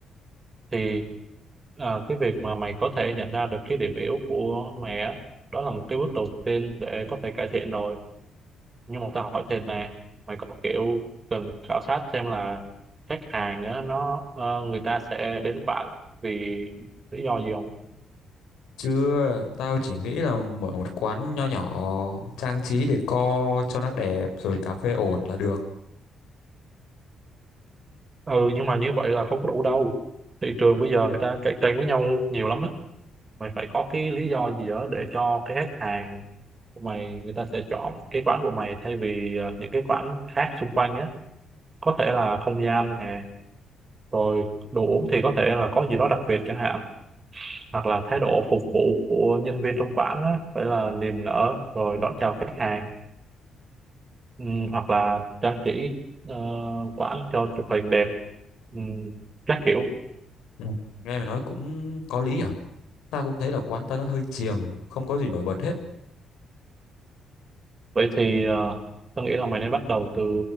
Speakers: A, on the right (about 30°); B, on the left (about 85°).
A: thì à, cái việc mà mày có thể nhận ra được cái điểm yếu của mày á đó là một cái bước đầu tiên để có thể cải thiện rồi nhưng mà tao hỏi thêm nè mày có kiểu cần khảo sát xem là khách hàng á nó ờ, người ta sẽ đến quán vì lý do gì không
B: Chưa, tao chỉ nghĩ là mở một quán nho nhỏ trang trí decor cho nó đẹp rồi cà phê ổn là được.
A: ừ nhưng mà như vậy là không có đủ đâu thị trường bây giờ người ta cạnh tranh với nhau nhiều lắm á mày phải có cái lý do gì đó để cho cái khách hàng của mày người ta sẽ chọn cái quán của mày thay vì ờ, những cái quán khác xung quanh á có thể là không gian nè rồi đồ uống thì có thể là có gì đó đặc biệt chẳng hạn hoặc là thái độ phục vụ của nhân viên trong quán á, phải là niềm nở rồi đón chào khách hàng Ừm, hoặc là trang trí ờ, quán cho chụp hình đẹp Ừm, các kiểu
B: Ừ. Nghe mày nói cũng có lý nhở Tao cũng thấy là quán tao nó hơi chìm, không có gì nổi bật hết.
A: vậy thì ờ, tôi nghĩ là mày nên bắt đầu từ